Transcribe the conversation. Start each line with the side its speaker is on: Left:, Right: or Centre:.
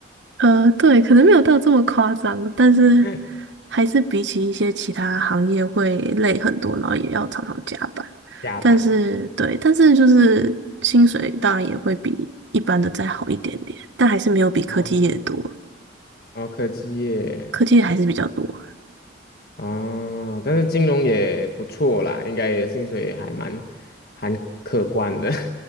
Right: 呃，对，可能没有到这么夸张，但是
Left: <laughs>
Right: 还是比起一些其他行业会累很多，然后也要常常加班。
Left: 加班。
Right: 但是对，但是就是薪水当然也会比一般的再好一点点，但还是没有比科技业多，
Left: 啊，哦，科技业
Right: 科技业还是比较多。
Left: 哦，但是金融也不错啦，应该也薪水也还蛮还可观的